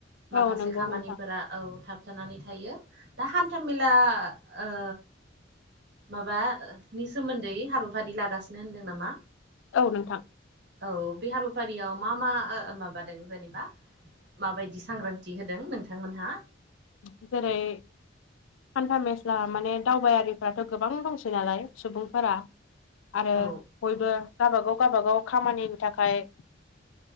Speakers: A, on the right; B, on the left.
A: माखासे
B: औ नंगौ
A: खामानिफोरा
B: नोंथां
A: औ थाबथानानै थायो दा हान्थ मेला ओ माबानि सोमोन्दै हाबाफारि लागासिनो होनदों नामा
B: औ नोंथां
A: औ बे हाबाफारियाव मा मा माबादों जेनेबा माबायदि सांग्रांथि होदों नोंथांमोनहा
B: बि जेरै हान्था मेस्ला माने दावबायारिफोरा्राथ' गोबां दंसै नालाय सुबुंफोरा आरो
A: औ
B: बयबो गबागाव गावबागाव खामानिनि थाखाय